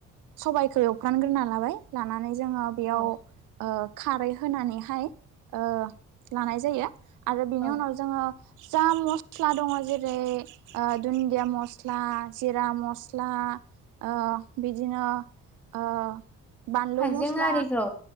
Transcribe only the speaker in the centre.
औ
औ
हाइजें
आरिखौ